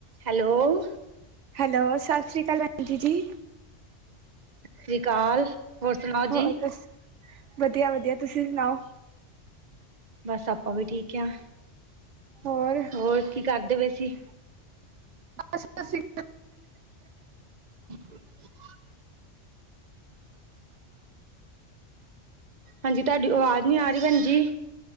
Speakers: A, on the right; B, on the right.
A: Hello, hello.
B: Hello, ਸਤਿ ਸ਼੍ਰੀ ਅਕਾਲ ਆਂਟੀ ਜੀ।
A: ਸਤਿ ਸ਼੍ਰੀ ਅਕਾਲ। ਹੋਰ ਸੁਣਾਓ
B: ਹੋ
A: ਜੀ
B: ਰ ਫੇਰ, ਵਧੀਆ ਵਧੀਆ। ਤੁਸੀਂ ਸੁਣਾਓ?
A: ਬਸ ਆਪਾਂ ਵੀ ਠੀਕ ਆਂ।
B: ਹੋਰ?
A: ਹੋਰ ਕੀ ਕਰਦੇ ਵੈ ਸੀ?
B: <inaudible>
A: <unintelligible> ਹਾਂਜੀ ਤੁਹਾਡੀ ਆਵਾਜ਼ ਨੀ ਆ ਰਹੀ ਭੈਣ ਜੀ।